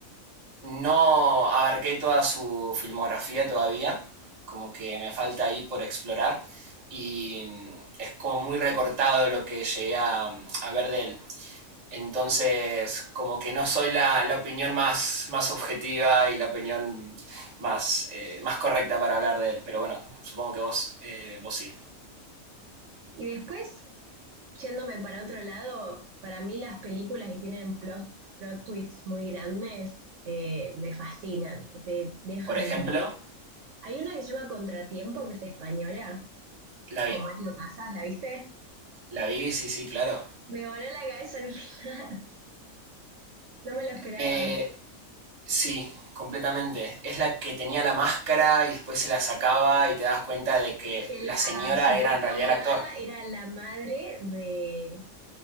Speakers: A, on the right; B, on the right.
A: no abarqué toda su filmografía todavía, como que me falta ahí por explorar y es como muy recortado lo que llegué a, a ver de él. Entonces, como que no soy la, la opinión más, más objetiva y la opinión más, eh, más correcta para hablar de él, pero bueno, supongo que vos, eh, vos sí.
B: Y después, yéndome para otro lado, para mí las películas que tienen plot, plot twists muy grandes eh, me fascinan, que te dejan
A: Por ejemplo,
B: Hay una que se llama Contratiempo, que es española,
A: la
B: con
A: vi.
B: Mario Casas, ¿la viste?
A: La vi, sí, sí, claro.
B: Me voló la cabeza al final, <laughs> no me lo esperaba.
A: Eh, Sí, completamente. Es la que tenía la máscara y después se la sacaba y te das cuenta de que
B: Que
A: la
B: la
A: señora
B: supuesta
A: era en realidad
B: abogada
A: el actor.
B: era la madre de,